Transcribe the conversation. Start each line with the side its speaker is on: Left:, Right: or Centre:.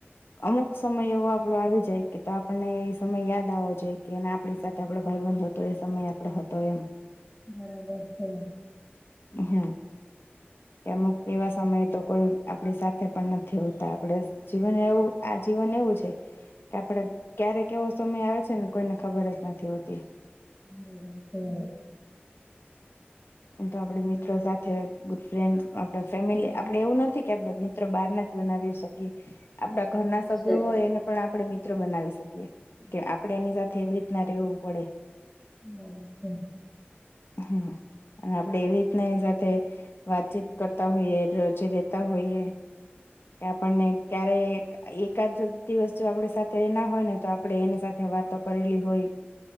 Left: અમુક સમય એવો આપડો આવી જાય કે તો આપણને એ સમય યાદ આવવો જોઈ કે એને આપણી સાથે આપડો ભાઇબંધ હતો એ સમય આપણો હતો એમ
Centre: બરાબર છે.
Left: હ અમુક તેવા સમયે તો કોઈ આપણી સાથે પણ નથી હોતા આપણે જીવન એવું આ જીવન એવું છે કે આપળે ક્યારેક એવો સમય આવે છે ને કોઈને ખબર જ નથી હોતી.
Centre: <unintelligible>
Left: એમતો આપડે મિત્રો સાથે ગુડ ફ્રેન્ડસ આપણે ફેમિલી આપડે એવું નથી કે આપડે મિત્ર બાર નાજ બનાવીશુ આપડા ઘરના સભ્યો
Centre: છે
Left: હોય એને પણ આપણે મિત્રો બનાવી શકીએ કે આપણે એની સાથે એવી રીતના રેવું પડે.
Centre: બરાબર.
Left: હમ. અને આપડે એવી રીતના એની સાથે વાતચીત કરતા હોઈએ રોજે રેતા હોઈએ કે આપણને ક્યારેક એકાદ દિવસ જો આપડી સાથે એ ના હોય ને તો આપડે એની સાથે વાતો કરેલી હોય